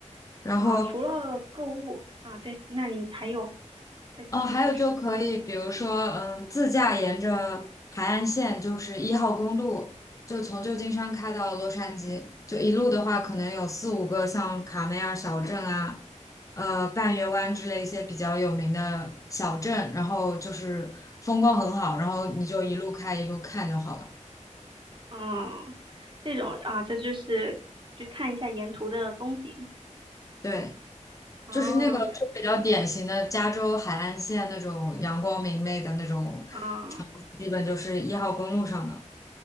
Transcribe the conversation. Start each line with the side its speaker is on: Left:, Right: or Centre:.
Left: 然后
Right: 啊，除了购物啊，对，那你还有再继续介绍。
Left: 哦，还有就可以，比如说，嗯，自驾沿着海岸线，就是一号公路，就从旧金山开到洛杉矶，就一路的话，可能有四五个像卡梅尔小镇啊，呃，半月湾之类一些比较有名的小镇，然后就是风光很好，然后你就一路开一路看就好了。
Right: 嗯，这种啊，这就是就看一下沿途的风景。
Left: 对，
Right: 哦，
Left: 就是那个就比较典型的加州海岸线那种阳光明媚的那种场景基本就是一号公路上的。
Right: 啊